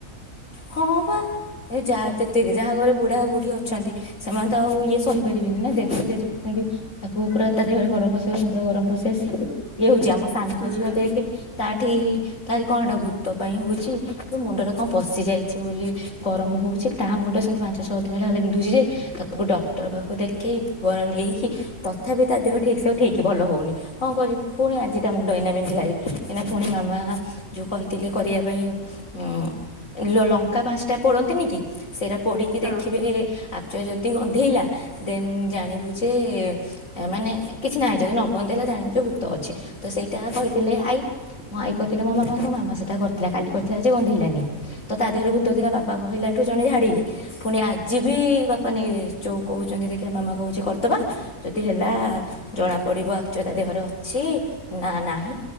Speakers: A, on the left; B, on the right.
A: ହଁ ବା ଏ ଯାହା ଯେତ୍କି ଯାହା ଘରେ ବୁଢା ବୁଢ଼ୀ ଅଛନ୍ତି ସେମାନେ ତ ଆଉ ଇଏ ସହିପାରିବେନି ନା <unintelligible> ତାକୁ ପୁରା ତା ଦେହରେ ଗରମ ପଶିବା ମୁଣ୍ଡ ଗରମ ପଶି ଆସି ଇଏ ହଉଛି ଆମ ସାନ
B: ହୁଁ
A: ଝିଅ ଦେଖେ ତାଠି ତାର କଣଟା ଭୂତ ପାଇଁ ହଉଚି କି ମୁଣ୍ଡରେ କଣ ପଶିଯାଇ ଛି ବୋଲି ଗରମ ହଉଚି ତା ମୁଣ୍ଡ ସେମିତି ପାଞ୍ଚ ଛଅ ଦିନ୍ ହେ ହେଲା ବିନ୍ଧୁଛି ଯେ। ତାକୁ ଡକ୍ଟର ପାଖକୁ ଦେଖେଇ ପ ନେଇକି ତଥାପି ତା ଦେହ ଠିକ୍ସେ ଠିକ୍ ଭଲ ହଉନି। କଣ କରିବି ପୁଣି ଆଜିଟା ମୁଣ୍ଡ ଇନା ବିିନ୍ଧିଲାଣି ଏଇନା ପୁଣି ମାମା ଯୋଉ କହିଥିଲେ କରିବା ପାଇଁ।
B: <inaudible>
A: ଉଁ ଲ ଲଙ୍କା ପାଁସ୍ଟା ପୋଡନ୍ତିନି କି ସେଇଟା ପୋଡିକି
B: ହଁ
A: ଦେଖିବେ ଆକ୍ଚୁଆ ଯଦି ଗନ୍ଧେଇଲା ଦେନ୍ ଜାଣିବୁ ଯେ ମାନେ କିଛି ନାହିଁ ଯଦି ନଗନ୍ଧେଇଲା ଜାଣିବୁ ଯେ ଭୂତ ଅଛି ତ ସେଇଟା କହିଥିଲେ ଆଇ। ମଁ ଆଇ କହିଥିଲେ ମୋ ମାମା କ ମାମ ସେଟା କରିଥିଲା କାଲି କରିଥିଲା ଯେ ଗନ୍ଧେଇଲାନି ତ ତା ଦେହରେ ଭୁ ତ ଥିଲା ବାପା କହିଲାଠୁ ଜଣେ ଝାଡ଼ିଲେ ପୁଣି ଆଜି ବି ବାପା ନେଇ ଯୋଉ କହୁଛନ୍ତି ଦେଖିବା ମାମା କହୁଚି କର୍ଦବା ଯଦି ହେଲା ଜଣା ପଡିବ ଆକ୍ଚ ତା ଦେହରେ ଅଛି ନା ନାହିଁ।